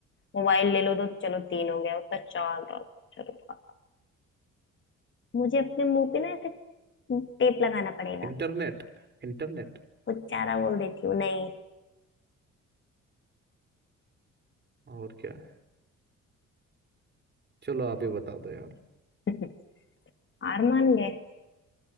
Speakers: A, on the left (about 40°); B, on the right (about 35°).
A: मोबाइल ले लो तो चलो तीन हो गया उसका चार का अक्षर का मुझे अपने मुंह पे ना ऐसे टेप लगाना पड़ेगा
B: इंटरनेट इंटरनेट
A: कुछ चारा बोल देती हूँ नहीं
B: और क्या है चलो आप ही बता दो यार
A: <laughs> हार मान गए